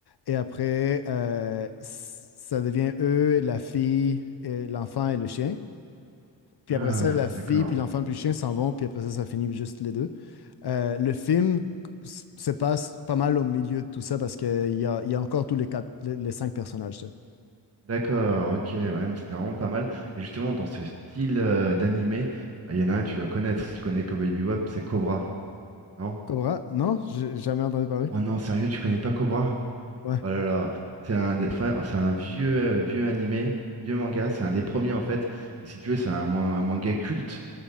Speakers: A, on the left; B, on the right.
A: Et après, euh, s- ça devient eux, la fille, et l'enfant et le chien. Puis
B: Ah,
A: après ça, la fille,
B: d'accord.
A: puis l'enfant, puis le chien s'en vont. Puis après ça, ça finit juste les deux. Euh, le film s- se passe pas mal au milieu de tout ça parce qu'il y a, il y a encore tous les quatre, les, les cinq personnages. tu sais.
B: D'accord, ok, ouais, mais c'était vraiment pas mal. Et justement, dans ce style euh, d'animé, ah, il y en a un, tu dois connaître, si tu connais Cowboy Bebop, c'est Cobra, non?
A: Cobra? Non? J'ai jamais entendu parler.
B: Oh non, sérieux, tu connais pas Cobra?
A: Ouais.
B: Oh là là, c'est un, des- enfin, c'est un vieux, euh, vieux animé, vieux manga, c'est un des premiers en fait. Et si tu veux, c'est un, man- un manga culte.